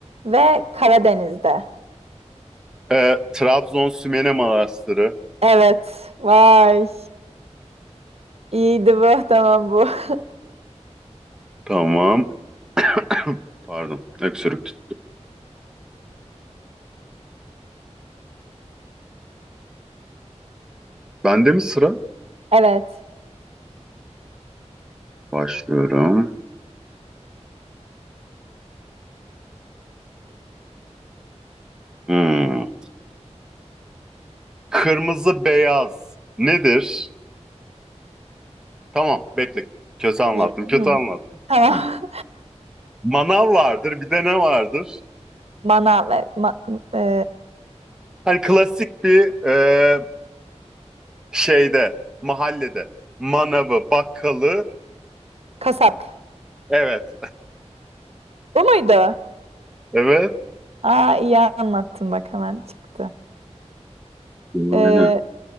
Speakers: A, on the right (about 60°); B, in the centre.
A: ve Karadeniz'de.
B: E, Trabzon Sümele Manastırı.
A: Evet. Vay. İyiydi bu. Tamam bu. <laughs>
B: Tamam. <clears throat> Pardon, öksürük. tut- Bende mi sıra?
A: Evet.
B: Başlıyorum. Hmm. Kırmızı beyaz nedir? Tamam, bekle. Kötü anlattım,
A: Hı,
B: kötü anlattım.
A: Tamam.
B: Hı. Manav vardır, bir de ne vardır?
A: <laughs> Manav, e, ma- e,
B: Hani klasik bir e, şeyde, mahallede. Manavı, bakkalı.
A: kasap.
B: Evet,
A: Bu muydu?
B: evet.
A: Aa iyi anlattın bak hemen çıktı.
B: Yani.
A: Ee,